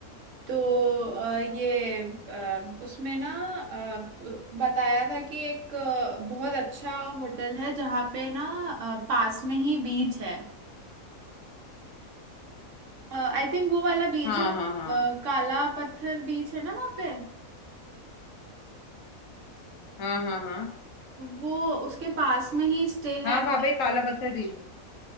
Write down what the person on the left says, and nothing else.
हाँ
हाँ हाँ
हाँ हाँ हाँ
हाँ
वहां पे काला पत्थर बीच है